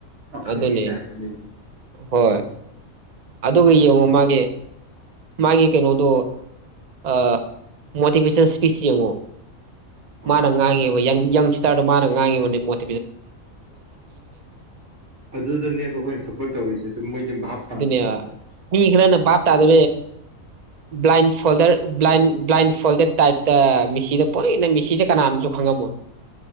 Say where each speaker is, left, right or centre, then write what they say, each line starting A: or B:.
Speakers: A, on the right (about 75°); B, on the right (about 45°).
A: ꯑꯈꯪꯒꯤ
B: ꯑꯗꯨꯅꯦ
A: ꯇ ꯍꯥꯏ
B: ꯍꯣꯏ ꯑꯗꯨꯒ ꯌꯦꯡꯉꯣ ꯃꯥꯒꯤ ꯃꯥꯒꯤ ꯀꯩꯅꯣꯗꯣ ꯑ ꯃꯣꯚꯁꯟ ꯁꯄꯤꯁꯤꯣ
A: ꯍꯣꯏ
B: ꯃꯥꯪꯉꯦꯕ ꯌꯥꯡ ꯌꯪꯁꯇꯥꯔꯗꯣ ꯃꯥꯅ ꯉꯥꯡꯉꯤꯕꯅꯤ ꯃꯣꯏ
A: ꯑꯗꯨꯗꯅꯦꯕ ꯑꯩꯈꯣꯏꯅ ꯁꯞꯄꯣꯔꯠ ꯇꯧꯔꯤꯁꯤꯦ ꯑꯗꯨꯝ ꯃꯣꯏꯗꯤ ꯚꯥꯞ ꯇꯥꯅꯕ
B: ꯃꯤꯈꯅ ꯞ ꯇꯥꯗ ꯭ꯂꯥꯏꯟ ꯐꯣ꯭ꯂꯟ ꯐꯣꯔ ꯇꯥꯏꯞꯇ ꯃꯤꯁꯤꯗ ꯄꯣꯛꯛꯏꯅ ꯃꯤꯁꯤꯁꯦ ꯀꯅꯥꯅꯁꯨ ꯈꯪꯉꯝꯃꯣꯏ